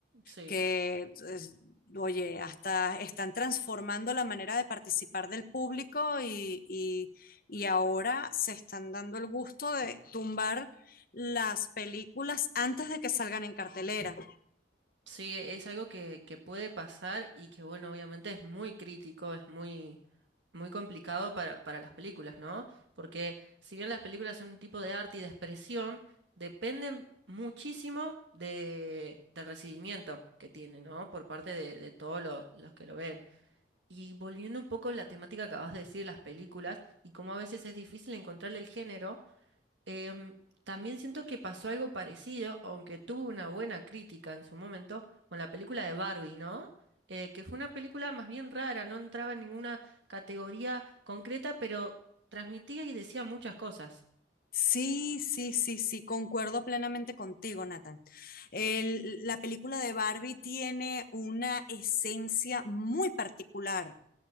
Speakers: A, on the right (about 75°); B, on the left (about 50°).
A: sí.
B: que, es- oye, hasta están transformando la manera de participar del público y, y- y ahora se están dando el gusto de tumbar las películas antes de que salgan en cartelera.
A: Sí, es algo que, que puede pasar y que, bueno, obviamente es muy crítico, es muy... muy complicado para, para las películas, ¿no? Porque si bien las películas son un tipo de arte y de expresión, dependen muchísimo de, del recibimiento que tiene, ¿no? Por parte de, de todos lo- los que lo ven. Y volviendo un poco a la temática que acabas de decir, las películas, y cómo a veces es difícil encontrarle el género. Em, también siento que pasó algo parecido, aunque tuvo una buena crítica en su momento, con la película de Barbie, ¿no? Eh, que fue una película más bien rara, no entraba en ninguna categoría concreta, pero transmitía y decía muchas cosas.
B: Sí, sí, sí, sí, concuerdo plenamente contigo, Nathan. El- la película de Barbie tiene una esencia muy particular